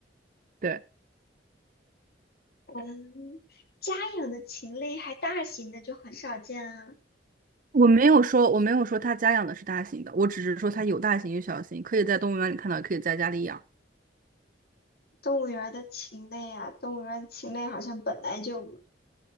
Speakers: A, on the right; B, on the left.
A: 对，
B: 嗯，家养的禽类还大型的就很少见啊。
A: 我没有说我没有说它家养的是大型的，我只是说它有大型有小型，可以在动物园里看到，也可以在家里养。
B: 动物园儿的禽类啊，动物园儿的禽类好像本来就不多